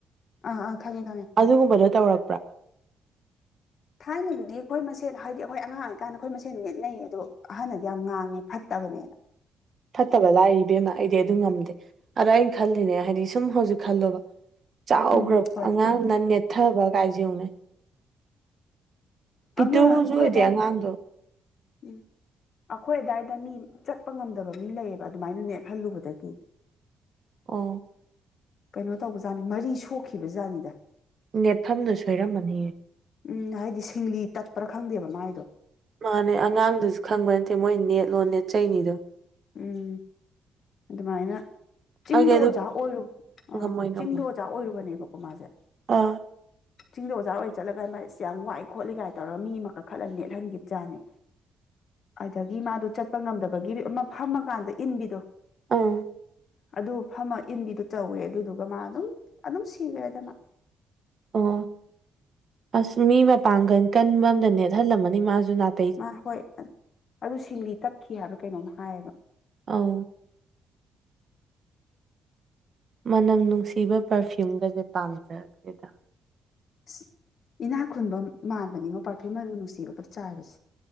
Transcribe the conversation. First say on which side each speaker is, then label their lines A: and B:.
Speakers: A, on the left (about 45°); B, on the right (about 40°).
A: ꯑꯥ ꯑꯥ ꯈꯪꯉꯦ ꯈꯪꯉꯦ
B: ꯑꯗꯨꯒꯨꯝꯕꯗꯣ ꯇꯧꯔꯛꯄ꯭ꯔꯣ
A: ꯊꯥꯏꯅꯕꯨꯗꯤ ꯑꯩꯈꯣꯏ ꯃꯁꯦꯟ ꯍꯥꯏꯗꯤ ꯑꯩꯈꯣꯏ ꯑꯉꯥꯡ ꯑꯣꯏꯔꯤꯀꯥꯟꯗ ꯑꯩꯈꯣꯏ ꯃꯁꯦꯟ ꯅꯦꯠꯅꯩꯌꯦ ꯑꯗꯣ ꯑꯍꯟꯅꯗꯤ ꯌꯥꯝ ꯉꯥꯡꯉꯦ ꯐꯠꯇꯕꯅꯦꯅ
B: ꯐꯠꯇꯕ ꯂꯥꯏꯔꯤ ꯏꯕꯦꯝꯃ ꯑꯩꯗꯤ ꯑꯗꯨ ꯉꯝꯗꯦ ꯑꯗ ꯑꯩꯅ ꯈꯜꯂꯤꯅꯦ ꯍꯥꯏꯗꯤ ꯁꯨꯝ ꯍꯧꯖꯤꯛ ꯈꯜꯂꯣꯕ ꯆꯥꯎꯒ꯭ꯔꯕ
A: ꯎꯝ ꯍꯣꯏ
B: ꯑꯉꯥꯡꯗꯨꯅ ꯅꯦꯠꯊꯕ ꯀꯥꯏꯖꯦ ꯌꯦꯡꯉꯨꯅꯦ ꯄꯤꯇꯨꯖꯨ
A: ꯑꯃ ꯑꯩꯈꯣꯏ
B: ꯑꯣꯏꯗꯦ
A: ꯑꯗꯥꯏ
B: ꯑꯉꯥꯡꯗꯣ
A: ꯎꯝ ꯑꯩꯈꯣꯏ ꯑꯗꯥꯏꯗ ꯃꯤ ꯆꯠꯄ ꯉꯝꯗꯕ ꯃꯤ ꯂꯩꯌꯦꯕ ꯑꯗꯨꯃꯥꯏꯅ ꯅꯦꯠꯍꯜꯂꯨꯕꯗꯒꯤ
B: ꯑꯣ
A: ꯀꯩꯅꯣ ꯇꯧꯕꯖꯥꯠꯅꯤ ꯃꯔꯤ ꯁꯣꯛꯈꯤꯕꯖꯥꯠꯅꯤꯗ
B: ꯅꯦꯠꯐꯝꯗꯣ ꯁꯣꯏꯔꯝꯃꯅꯤꯌꯦ
A: ꯎꯝ ꯍꯥꯏꯗꯤ ꯁꯤꯡꯂꯤ ꯇꯠꯄ꯭ꯔꯥ ꯈꯪꯗꯦꯕ ꯃꯥꯏꯗꯣ
B: ꯃꯥꯅꯦ ꯑꯉꯥꯡꯗꯨꯁꯨ ꯈꯪꯕ ꯅꯠꯇꯦ ꯃꯣꯏ ꯅꯦꯠ ꯂꯣꯅ ꯅꯦꯠ ꯆꯩꯅꯤꯗꯣ
A: ꯎꯝ ꯑꯗꯨꯃꯥꯏꯅ ꯆꯤꯡꯗ
B: ꯑꯩꯗꯤ ꯑꯗꯨ
A: ꯑꯣꯖꯥ ꯑꯣꯏꯔꯨ
B: ꯉꯝꯃꯣꯏ
A: ꯑꯥ
B: ꯉꯝꯃꯣꯏ
A: ꯆꯤꯡꯗ ꯖꯥ ꯑꯣꯏꯔꯨꯕꯅꯦꯕꯀꯣ ꯃꯥꯥꯁꯦ
B: ꯑꯥ
A: ꯆꯤꯡꯗ ꯑꯣꯖꯥ ꯑꯣꯏ ꯆꯠꯂꯒ ꯃꯥꯁ ꯌꯥꯝ ꯋꯥꯏ ꯈꯣꯠꯂꯤ ꯀꯥꯏ ꯇꯧꯔꯒ ꯃꯤ ꯑꯃ ꯀꯥꯈꯠꯂ ꯅꯦꯠꯍꯟꯒꯤꯕꯖꯥꯠꯅꯦ ꯑꯗꯒꯤ ꯃꯥꯗꯣ ꯆꯠꯄ ꯉꯝꯗꯕꯒꯤ ꯑꯃ ꯐꯝꯃꯀꯥꯟꯗ ꯏꯟꯕꯤꯗꯣ
B: ꯑꯥ
A: ꯑꯗꯨ ꯐꯝꯃ ꯏꯟꯕꯤꯗꯣ ꯇꯧꯋꯦ ꯑꯗꯨꯗꯨꯒ ꯃꯥ ꯑꯗꯨꯝ ꯑꯗꯨꯝ ꯁꯤꯒ꯭ꯔꯦꯗ ꯃꯥ
B: ꯑꯣ ꯑꯥꯁ ꯃꯤ ꯃꯄꯥꯡꯒꯟ ꯀꯟꯕ ꯑꯝꯗ ꯅꯦꯠꯍꯜꯂꯝꯃꯅꯤ ꯃꯥꯁꯨ ꯅꯥꯠ__
A: ꯃꯥ ꯍꯣꯏ ꯑ ꯑꯗꯨ ꯁꯤꯡꯂꯤ ꯇꯠꯈꯤ ꯍꯥꯏꯕ꯭ꯔ ꯀꯩꯅꯣꯝꯃ ꯍꯥꯏꯌꯦꯕ
B: ꯑꯥꯎ ꯃꯅꯝ ꯅꯨꯡꯁꯤꯕ ꯄꯔꯐ꯭ꯌꯨꯝꯒꯁꯦ ꯄꯥꯝꯖꯒ꯭ꯔꯦꯗ
A: ꯏꯁ ꯏꯅꯥꯛ ꯈꯨꯟꯕ ꯃꯥꯟꯕꯅꯤꯉꯣ ꯄꯥꯔꯐ꯭ꯌꯨꯝ ꯃꯅꯝ ꯅꯨꯡꯁꯤꯕꯒ ꯆꯥꯏꯕꯁꯦ